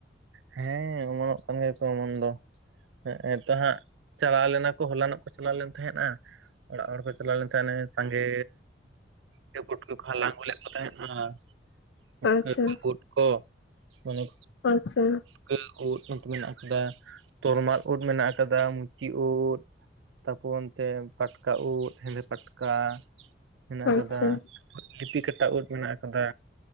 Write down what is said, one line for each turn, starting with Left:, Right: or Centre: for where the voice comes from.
Right: ᱦᱮᱸ ᱚᱢᱚᱱᱚᱜ ᱠᱟᱱ ᱜᱮᱭᱟ ᱠᱚ ᱚᱢᱚᱱ ᱫᱚ ᱦᱮᱸ ᱛᱚ ᱦᱟᱸᱜ ᱪᱟᱞᱟᱣ ᱞᱮᱱᱟ ᱠᱚ ᱦᱚᱞᱟᱱᱚᱜ ᱠᱚ ᱪᱟᱞᱟᱣ ᱞᱮᱱ ᱛᱟᱦᱮᱸᱫ-ᱟᱸ ᱚᱲᱟᱜ ᱦᱚᱲ ᱠᱚ ᱪᱟᱞᱟᱣ ᱞᱮᱱ ᱛᱟᱦᱮᱸᱱᱟ ᱥᱟᱸᱜᱮ ᱤᱭᱟ. ᱯᱩᱴᱠᱟᱹ ᱠᱚ ᱦᱟᱞᱟᱝ ᱞᱮᱫ ᱠᱚ ᱛᱟᱦᱮᱸᱱᱟ ᱯᱩᱴᱠᱟᱹ
Left: ᱟᱪᱪᱷᱟ
Right: ᱠᱚ ᱩᱫ ᱠᱚ ᱢᱟᱱᱮ
Left: ᱟᱪᱪᱷᱟ
Right: ᱯᱩᱰᱠᱟᱹ ᱩᱫ ᱱᱚᱛᱮ ᱢᱮᱱᱟᱜ ᱟᱠᱟᱫᱟ ᱛᱚᱨᱢᱟᱞ ᱩᱫ ᱢᱮᱱᱟᱜ ᱟᱠᱟᱫᱟ ᱢᱩᱪᱤ ᱩᱫ ᱛᱟᱯᱚᱨ ᱚᱱᱛᱮ ᱯᱟᱴᱠᱟ ᱩᱫ ᱦᱮᱸᱫᱮ ᱯᱟᱴᱠᱟ ᱦᱮᱱᱟᱜ ᱟᱠᱟᱫᱟ
Left: ᱟᱪᱪᱷᱟ
Right: ᱞᱤᱯᱤ ᱠᱟᱴᱟ ᱩᱫ ᱢᱮᱱᱟᱜ ᱟᱠᱟᱫᱟ